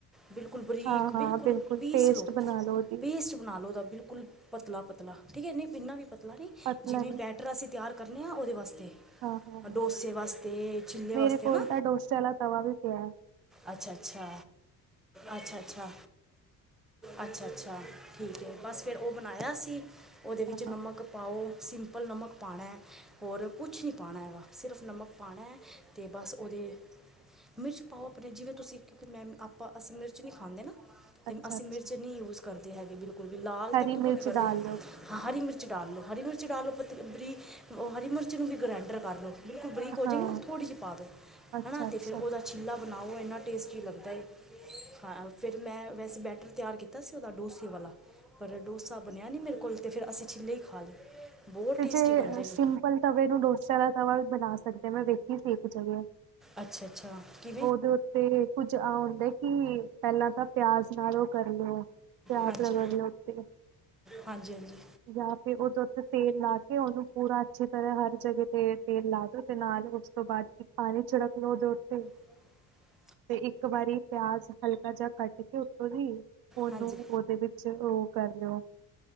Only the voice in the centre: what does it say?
ਬਿਲਕੁੱਲ ਬਰੀਕ
ਬਿਲਕੁੱਲ
ਪੀਸ
ਲਓ
ਪੇਸਟ ਬਣਾ ਲਓ ਉਹਦਾ ਬਿਲਕੁੱਲ ਪਤਲਾ-ਪਤਲਾ ਠੀਕ ਹੈ ਨਹੀਂ ਇੰਨਾ ਵੀ ਪਤਲਾ ਨਹੀਂ
ਜਿਵੇਂ
ਬੈਟਰ ਅਸੀਂ ਤਿਆਰ ਕਰਨੇ ਹਾਂ ਉਹਦੇ ਵਾਸਤੇ
ਡੋਸੇ ਵਾਸਤੇ, ਚਿੱਲੇ
ਵਾਸਤੇ
ਹਨਾ
ਅੱਛਾ ਅੱਛਾ ਅੱਛਾ ਅੱਛਾ ਅੱਛਾ ਅੱਛਾ ਠੀਕ ਹੈ ਬਸ ਫਿਰ ਉਹ ਬਣਾਇਆ ਸੀਂ ਉਹਦੇ ਵਿੱਚ
ਨਮਕ ਪਾਓ ਸਿੰਪਲ ਨਮਕ ਪਾਉਣਾ ਹੋਰ ਕੁੱਛ ਨਹੀਂ ਪਾਉਣਾ ਹੈਗਾ ਸਿਰਫ਼ ਨਮਕ ਪਾਉਣਾ ਤੇ ਬਸ ਓਦੇ ਮਿਰਚ ਪਾਓ ਆਪਨੇ ਜਿਵੇਂ ਤੁਸੀਂਂ ਇਕ ਮੈਮ ਆਪਾਂ ਅਸੀਂ ਮਿਰਚ ਨੀ ਖਾਂਦੇ ਨਾ, ਤੇ
ਅਸੀਂ ਮਿਰਚ ਨੀ ਯੂਜ਼ ਕਰਦੇ ਹੈਗੇ ਬਿਲਕੁਲ ਵੀ, ਲਾਲ ਤੇ
ਬਿਲਕੁਲ
ਨੀ ਕਰਦੇ।
ਹਾਂ, ਹਰੀ ਮਿਰਚ ਡਾਲ ਲੋ, ਹਰੀ ਮਿਰਚ ਡਾਲ ਲੋ ਪਤਲੀ ਬਰੀਕ ਹਰੀ ਮਿਰਚ ਨੂੰ ਵੀ ਗਰੈਂਡਰ ਕਰ ਲੋ ਬਿਲਕੁਲ ਬਰੀਕ ਹੋ ਜੇਂਗੀ
ਨਾ, ਥੋੜੀ ਜੀ ਪਾਦੋ
ਹਣਾ ਤੇ ਫੇਰ ਓਦਾ ਛਿਲਾ ਬਨਾਓ ਐਨਾਂ ਟੇਸਟੀ ਲੱਗਦਾ ਏ। ਹਾਂ ਫੇਰ ਮੈਂ, ਵੈਸੇ ਬੈਟਰ ਤੇਆਰ ਕੀਤਾ ਸੀ ਓਦਾ ਡੋਸੇ ਵਾਲਾ ਪਰ ਡੋਸਾ ਬਨੇਆ ਨਈ ਮੇਰ ਕੋਲ, ਤੇ ਫਿਰ ਅਸੀਂ ਛਿਲੇ ਈ ਲਏ। ਬਹੁਤ
ਟੇਸਟੀ
ਬਣਦੇ
ਨੇ
ਅੱਛਾ, ਅੱਛਾ ਕੀ
ਹਾਂਜੀ
ਹਾਂਜੀ ਹਾਂਜੀ
<inaudible>
ਹਾਂਜੀ